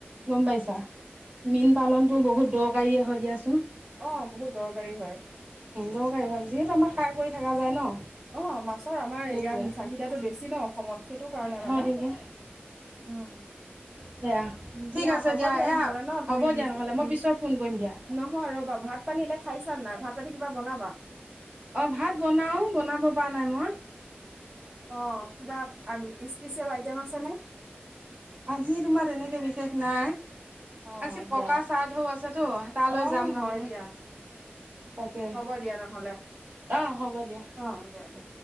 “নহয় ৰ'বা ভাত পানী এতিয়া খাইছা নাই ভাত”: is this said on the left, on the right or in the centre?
Right